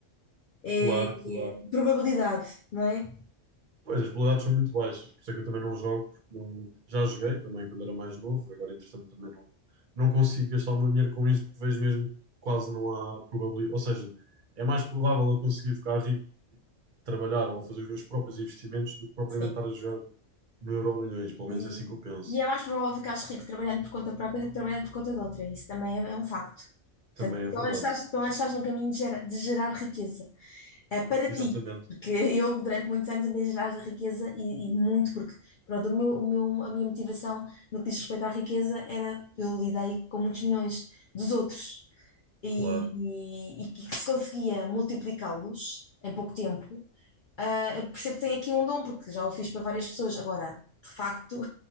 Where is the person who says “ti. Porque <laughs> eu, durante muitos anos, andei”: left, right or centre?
Left